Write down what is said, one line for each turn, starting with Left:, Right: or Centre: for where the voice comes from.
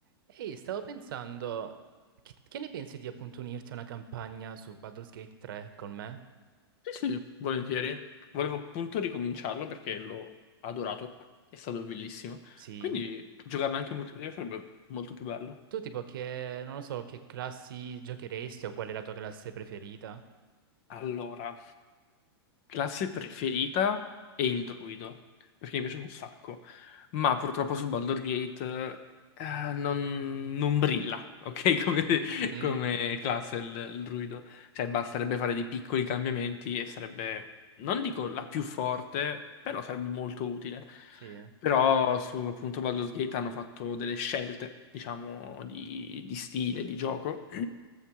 Right: Ehi, stavo pensando, che, che ne pensi di appunto unirti a una campagna su Baldur's Gate 3 con me?
Left: Sì, sì, volentieri. Volevo appunto ricominciarlo perché l'ho adorato. È stato bellissimo.
Right: Sì.
Left: Quindi giocarlo anche in multiplayer sarebbe molto più bello.
Right: Tu tipo che, non lo so, che classi giocheresti o qual è la tua classe preferita?
Left: Allora. Classe preferita è il druido, perché mi piace un sacco, ma purtroppo su Baldur's Gate eh, non, non brilla, ok? <laughs> Come,
Right: Mm,
Left: come classe il, il druido. Cioè basterebbe fare dei piccoli cambiamenti e sarebbe, non dico la più forte, però sarebbe molto utile.
Right: sì.
Left: Però su appunto Baldur's Gate hanno fatto delle scelte, diciamo, di, di stile, di gioco, <clears throat>